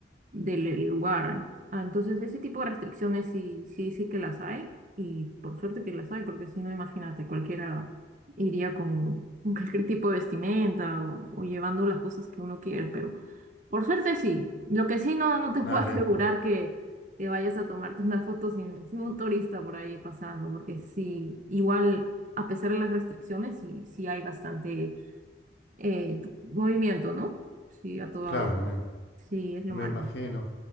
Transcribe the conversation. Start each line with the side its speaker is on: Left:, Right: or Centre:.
Right: del lugar. Ah, entonces, ese tipo de restricciones sí, sí, sí que las hay y por suerte que las hay, porque si no, imagínate, cualquiera iría con, con cualquier tipo de vestimenta o, o llevando las cosas que uno quiere, pero... Por suerte sí. Lo que sí no, no te
Left: Vale,
Right: puedo <laughs> asegurar que, que vayas a tomarte una foto sin, sin un turista por ahí pasando, porque sí, igual, a pesar de las restricciones, sí, sí hay bastante eh, tu- movimiento, ¿no? Sí, a toda
Left: claro,
Right: hora.
Left: me,
Right: Sí, es lo
Left: me
Right: malo.
Left: imagino.